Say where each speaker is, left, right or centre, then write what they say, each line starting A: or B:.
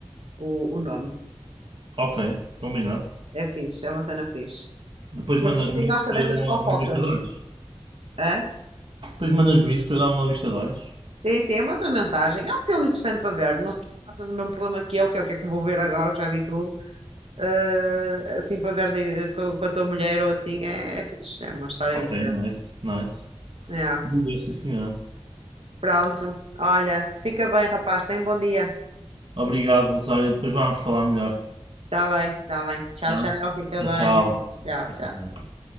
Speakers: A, on the right (about 85°); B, on the right (about 60°).
A: o, o nome.
B: Ok, combinado.
A: É fixe, é uma cena fixe.
B: Depois
A: Mas
B: mandas-me
A: para quem gosta
B: isso para
A: destas
B: eu dar uma,
A: fofocas,
B: uma vista de olhos.
A: hã?
B: Depois mandas-me isso para eu dar uma vista de olhos.
A: Sim, sim, manda uma mensagem. É um filme interessante para ver. Não sei se passas o mesmo problema que eu, que é o que é que vou ver agora, que já vi tudo. Ah, assim, para veres eh, com, com a tua mulher ou assim, é, é fixe. É uma história
B: Ok,
A: diferente.
B: nice, nice.
A: Yeah.
B: Muito bem, sim senhor.
A: Pronto. Olha, fica bem, rapaz. Tenha um bom dia.
B: Obrigado, Rosário. Depois vamos falar melhor.
A: tá bem, tá bem. Tchau,
B: Tá?
A: tchau. Fica
B: Tchau,
A: bem.
B: tchau.
A: Beijinhos. Tchau,
B: Tá
A: tchau.
B: tudo bem.